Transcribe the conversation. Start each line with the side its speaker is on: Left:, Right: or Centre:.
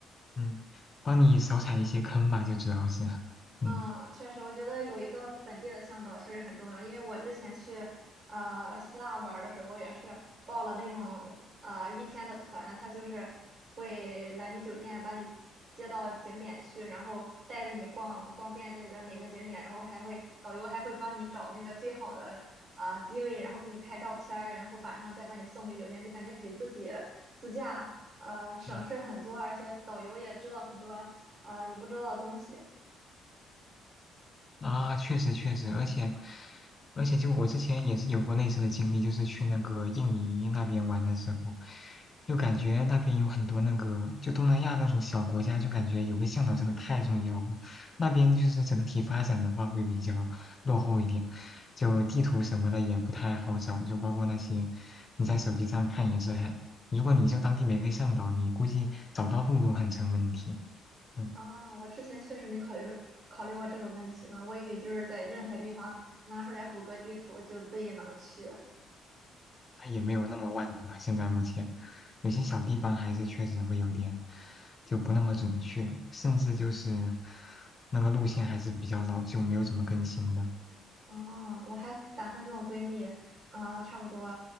Left: 嗯帮你少踩一些坑吧，就主要是，嗯
Right: 嗯，确实，我觉得有一个本地的向导确实很重要，因为我之前去呃希腊玩儿的时候也是报了那种呃一天的团，他就是会来你酒店把你接到景点去，然后带着你逛逛遍这里的每个景点，然后还会导游还会帮你找那个最好的啊、呃机位，然后给你拍照片儿，然后晚上再把你送回酒店，就感觉比自己自驾呃省事儿很多，
Left: 嗯
Right: 而且导游也知道很多呃你不知道的东西。
Left: 啊，确实确实，而且而且，就我之前也是有过类似的经历，就是去那个印尼那边玩的时候，就感觉那边有很多那个，就东南亚那种小国家，就感觉有个向导真的太重要了。那边就是整体发展的话会比较落后一点，就地图什么的也不太好找，就包括那些你在手机上看也是很，如果你就当地没个向导，你估计找到路都很成问题。嗯。
Right: 啊，我之前确实没考虑这考虑过这个问题呢，我以为就是在任何地方拿出来谷歌地图就自己能去。
Left: 它也没有那么万能啊。现在目前有些小地方还是确实会有点就不那么准确，甚至就是那个路线还是比较老旧，没有怎么更新的。
Right: 啊，我还打算跟我闺蜜，啊，差不多